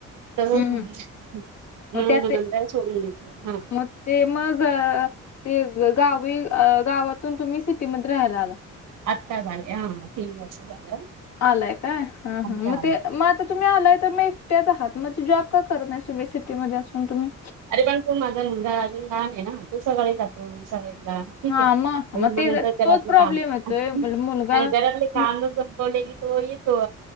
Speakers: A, on the right; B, on the left.
A: तर
B: हम्म
A: म्हणून
B: हम्म मग
A: म
B: त्या
A: नंदा
B: ते
A: सोडून देत, हा
B: मग ते मग, ते गावी, गावातून तुम्ही सिटी मध्ये राहायला आला.
A: आत्ता झाले हा, तीन वर्ष झालं.
B: आलाय काय! हा,
A: आमच्या
B: हम मे
A: आम्ही
B: म तुम्ही आलाय तर मग एकटयाच आहात, मग जॉब का करत नाही तुम्ही सिटी मध्ये असून तुम्ही?
A: अरे पण तू माझा मुलगा अजून लहान आहे ना, तू सकाळे जातो शळेतला. ठीक
B: हा
A: आहे,
B: मग
A: आणि
B: मग
A: म्हणत
B: ते तोच
A: घरातले
B: प्रॉब्लेम
A: काम,
B: येतोय
A: आणि
B: मुल- मुलगा
A: घरातले काम
B: मु-
A: संपवले की तो येतो.